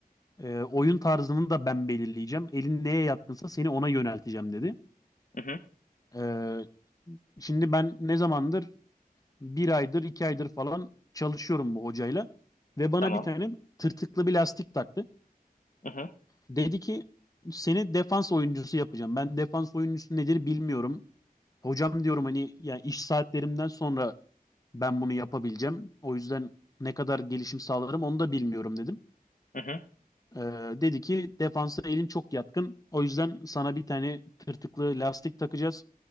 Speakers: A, on the left; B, on the left.
A: e, oyun tarzını da ben belirleyeceğim. Elin neye yatkınsa seni ona yönelteceğim dedi.
B: Hı hı,
A: Ee, şimdi ben ne zamandır bir aydır iki aydır falan çalışıyorum bu hocayla ve bana
B: tamam.
A: bir tane tırtıklı bir lastik taktı.
B: Hı hı,
A: Dedi ki seni defans oyuncusu yapacağım. Ben defans oyuncusu nedir bilmiyorum. Hocam diyorum hani ya iş saatlerimden sonra ben bunu yapabileceğim. O yüzden ne kadar gelişim sağlarım onu da bilmiyorum dedim.
B: hı hı.
A: Ee, dedi ki defansa elim çok yatkın. O yüzden sana bir tane tırtıklı lastik takacağız.